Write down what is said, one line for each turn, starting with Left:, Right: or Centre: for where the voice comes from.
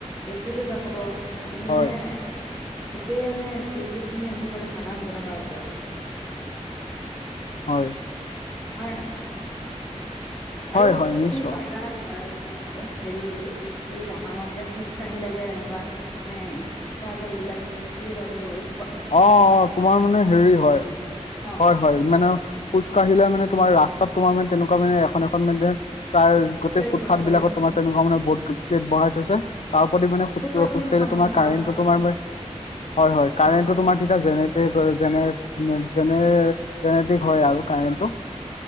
Centre: এচিতো যাব, কিন্তু
Left: হয়
Centre: মানে- গোটেই মানে দুৰ্যোগ খিনি আহি পৰে সাধাৰণ জনতাৰ ওপৰত।
Left: হয়।
Centre: হয়নে নহয়?
Left: হয়
Centre: আৰু
Left: হয় নিশ্চয়।
Centre: তুমি পাইছানে মোক- হয় হয়, মানে এনেকে হেৰি বুলি এই জাপানত যে খোজকাঢ়িলে যে এনেকা- মানে এটা যে ইলেক বুলি কয় এটোট-
Left: অঁ অঁ তোমাৰ মানে হেৰি হয়,
Centre: অ
Left: হয় হয়, মানে- খোজকাঢ়িলে মানে তোমাৰ ৰাস্তাত তোমাৰ মানে তেনেকুৱা মানে এখন এখন মানে- প্ৰায় গোটেই
Centre: প্লেট
Left: ফুটফাথ
Centre: বহাই বহাই
Left: বিলাকত
Centre: থৈছে
Left: তোমাৰ তেনেকুৱা মানে বট প্লেট বহাই থৈছে। তাৰ ওপৰেদি মানে খোজ
Centre: ফুটপাথ
Left: কঢ়িলে
Centre: বুলি নহয় মানে
Left: তোমাৰ
Centre: এনেকুৱা
Left: কাৰেন্তো
Centre: ৰাস্তাত
Left: তোমাৰ হয় হয় কাৰেন্তো
Centre: অ অ
Left: তোমাৰ- যেনেতেৰিক হয় আৰু জেনেৰেত জেনেটিক হয় আৰু কাৰেণ্টো।